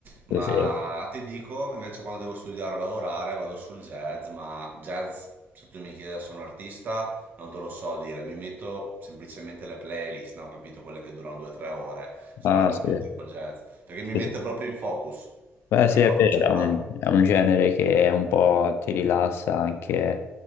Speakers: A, on the right; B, on the left.
A: Ma
B: sì, sì.
A: ti dico, invece quando devo studiare o lavorare vado sul jazz, ma jazz, se tu mi chiedi se sono un artista, non te lo so dire, mi metto semplicemente le playlist, no? Capito? Quelle che durano 2-3 ore, solo
B: Ah,
A: al computer
B: sì.
A: con jazz, perché mi
B: Sì,
A: mette
B: sì.
A: proprio in focus,
B: Beh,
A: cioè
B: sì,
A: mi
B: è
A: fa
B: vero,
A: concentrare,
B: è un, è un genere che un po' ti rilassa anche,